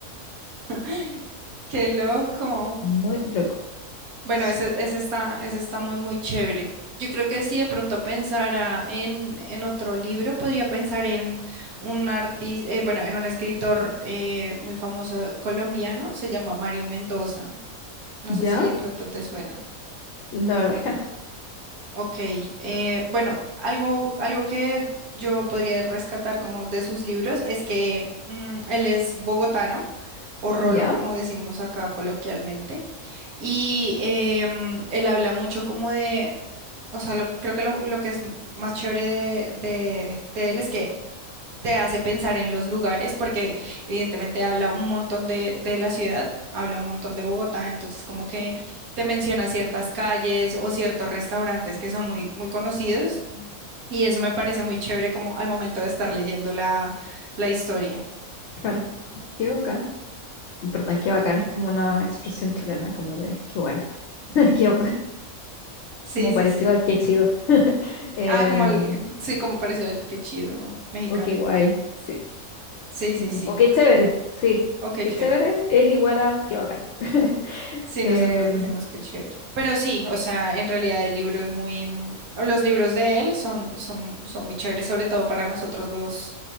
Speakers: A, on the right (about 80°); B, on the left (about 60°).
A: <laughs> Qué loco.
B: Es Muy loco.
A: Bueno,
B: Sí.
A: ese, ese está, ese está muy, muy chévere. Yo creo que si de pronto pensara en, en otro libro, podría pensar en un artista, bueno, en un escritor eh, muy famoso colombiano, se llama Mario Mendoza. No
B: ¿Ya?
A: sé si de pronto te suena.
B: La verdad es que no.
A: Ok, eh, bueno, algo, algo que yo podría rescatar como de sus libros es que mm, él es bogotano o rolo,
B: ¿Ya?
A: como decimos acá coloquialmente. Y em, él habla mucho como de, o sea, lo, que- creo que lo, lo que es más chévere de, de- de él es que te hace pensar en los lugares, porque evidentemente habla un montón de, de la ciudad, habla un montón de Bogotá, entonces como que te menciona ciertas calles o ciertos restaurantes que son muy, muy conocidos, y eso me parece muy chévere como al momento de estar leyendo la, la historia.
B: Claro. Qué acá En verdad, qué bacán, es como una expresión chilena, como de qué bueno, <laughs> qué
A: Sí,
B: como
A: sí,
B: parecido
A: sí.
B: a qué chido, <laughs> Em,
A: Ah, como al, sí, como parecido al que chido mexicano.
B: o qué guay, sí,
A: Sí, sí,
B: Eh,
A: sí.
B: o qué chévere, sí,
A: Oh, qué
B: qué
A: chévere.
B: chévere es igual a qué bacán. <laughs>
A: Sí,
B: Em,
A: nosotros decimos que chévere. Pero sí, o sea, en realidad el libro es muy, mm, los libros de él son, son, son muy chéveres, sobre todo para nosotros los,